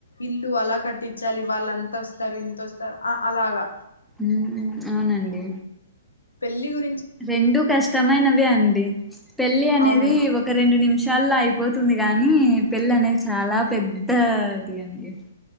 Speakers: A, on the left; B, in the centre.
A: ఇల్లు అలా కట్టిచ్చాలి వాళ్ళు అంత వొస్తారు ఇంత వొస్తారు అ అలాగా
B: మ్ అవునండి
A: పెళ్లి గుర్
B: రెండు కష్టమైనవే అండి పెళ్లి అనేది
A: అవును
B: ఒక రెండు నిమిషాల్లో అయిపోతు ది గాని పెళ్ళి అనేది చాలా పెద్ద ది అండి